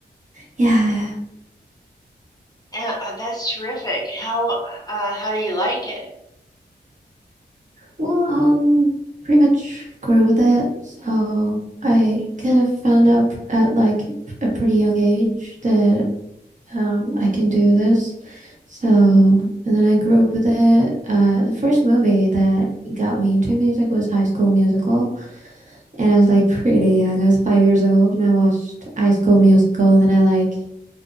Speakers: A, on the right; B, on the left.
A: Yeah.
B: uh, that's terrific. How uh, how do you like it?
A: Well, um, pretty much grew with it. So I kind of found out at like a pretty young age that um I can do this. So, and then I grew up with it. Uh, the first movie that got me into music was High School Musical. And I was like pretty young. I was five years old and I watched High School Musical. And then I like,